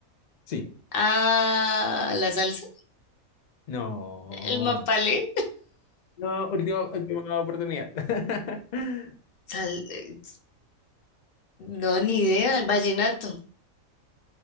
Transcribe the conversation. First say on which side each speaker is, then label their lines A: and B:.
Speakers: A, on the left; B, on the left.
A: Sí.
B: Ah, la salsa,
A: No.
B: el mapalé.
A: No, última, última oportunidad. <laughs>
B: Sal- eh, no, ni idea, el vallenato.